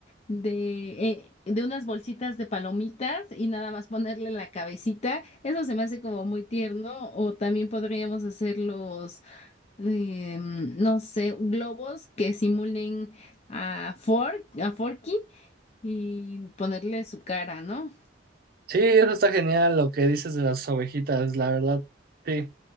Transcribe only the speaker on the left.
de, eh, de unas bolsitas de palomitas y nada más ponerle la cabecita. Eso se me hace como muy tierno. O también podríamos hacer los, eh, no sé, globos que simulen a Fork, a Forky y ponerle su cara, ¿no?